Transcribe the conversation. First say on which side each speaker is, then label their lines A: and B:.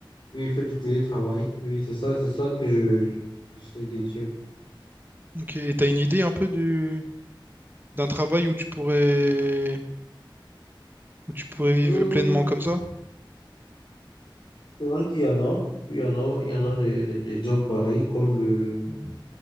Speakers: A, on the left (about 60°); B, on the right (about 25°).
A: Oui, il fait du télétravail. Oui, c'est ça, c'est ça que je, j'essaie de dire.
B: Ok. Et t'as une idée un peu du d'un travail où tu pourrais où tu pourrais vivre
A: Euh,
B: pleinement comme ça?
A: c'est vrai qu'il y en a. Il y en a, il y en a des, des, des jobs pareils, comme le,
B: Mhm.